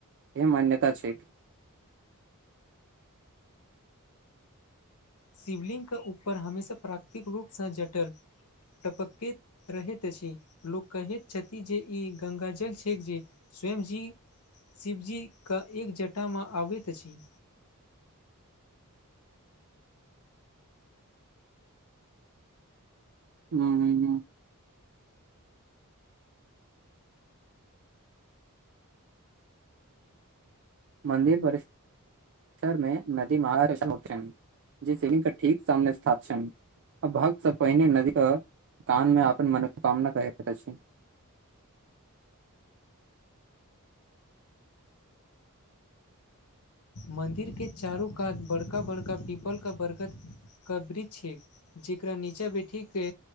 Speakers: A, on the right (about 55°); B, on the left (about 80°).
A: य मान्यता छैथ।
B: शिवलिङ्ग के ऊपर हमेशा प्राकृतिक रूप सँ जटल टपक्कैत रहैत अछि, लोक कहैत छथि जे ई गंगाजल छैक जे स्वयं जी शिवजी के एक जटा मे आबैत अछि।
A: हूं- हूं हूं मन्दिर परिसर मे नदी महार जे शिवलिंग के ठीक सामने स्थाप छन। भक्त से पहिने नदी अ कान मे अपन मनोकामना कहत अछि।
B: मन्दिर के चारू कात बड़का बड़का पीपल क, बरगद क वृक्ष छै। जकरा नीचाँ बैठी के